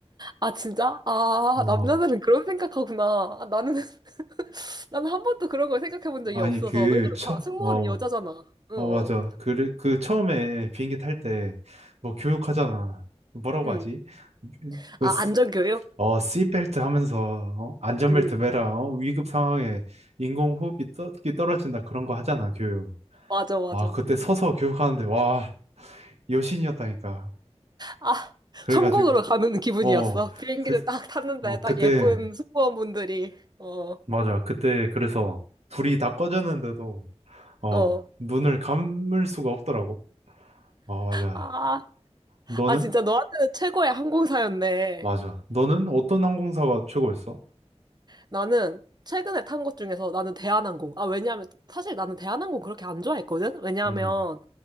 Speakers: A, on the right; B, on the right.
A: 아, 진짜? 아,
B: 어,
A: 남자들은 그런 생각하구나. 아, 나는, <laughs> 나는 한 번도 그런 걸 생각해 본 적이
B: 아니,
A: 없어서.
B: 그,
A: 왜냐면
B: 처,
A: 다 승무원이
B: 어,
A: 여자잖아. 어,
B: 어,
A: 어.
B: 맞아. 그, 그 처음에 비행기 탈 때 뭐 교육하잖아. 뭐라고
A: 응.
B: 하지? 그,
A: 아,
B: 스-
A: 안전교육?
B: 어, 씨벨트 하면서, 어? 안전벨트
A: 응.
B: 매라, 어? 위급 상황에 인공호흡이 떠, 끼 떨어진다. 그런 거 하잖아, 교육.
A: 맞아, 맞아.
B: 아, 그때 서서 교육하는데, 와, 여신이었다니까.
A: 아,
B: 그래가지고,
A: 천국으로 가는 기분이었어.
B: 어,
A: 비행기를
B: 그,
A: 딱 탔는데,
B: 어, 그때,
A: 딱 예쁜 승무원분들이. 어,
B: 맞아. 그때, 그래서 불이 다 꺼졌는데도, 어,
A: 어.
B: 눈을 감을 수가 없더라고. 어, 맞아.
A: 아,
B: 너는?
A: 아, 진짜 너한테는 최고의 항공사였네.
B: 맞아. 너는 어떤 항공사가 최고였어?
A: 나는 최근에 탄 것 중에서 나는 대한항공. 아, 왜냐하면 사실 나는 대한항공 그렇게 안 좋아했거든? 왜냐하면
B: 음,